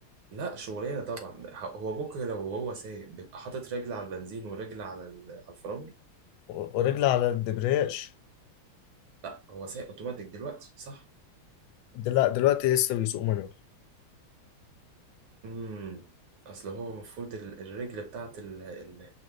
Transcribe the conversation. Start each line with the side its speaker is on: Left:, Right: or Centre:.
Right: لا شغلانه طبعا هو بكره لو هو سايق بيبقى حاطط رجل على البنزين ورجل على ال- على الفرامل
Left: و- ورجل على الدبرياج
Right: لا هو سايق اوتوماتيك دلوقتي صح
Left: دل- دلوقتي لسه بيسوق مانوال
Right: امم اصل هو المفروض ال- الرجل بتاعت ال... ال...